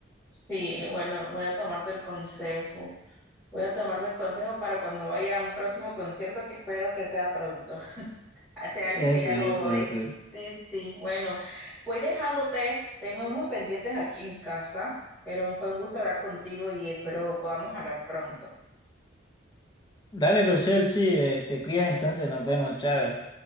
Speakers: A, in the centre; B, on the left.
A: Sí, bueno, voy a tomarte el consejo. Voy a tomarte el consejo para cuando vaya a un próximo concierto que espero que sea pronto. Hace años
B: eso,
A: que ya
B: eso,
A: no voy.
B: eso.
A: Sí, sí, bueno, voy dejándote. Tengo unos pendientes aquí en casa, pero fue un gusto hablar contigo y espero podamos hablar pronto.
B: Dale, Rochelle, sí, eh, te cuidas entonces, nos vemos, chao.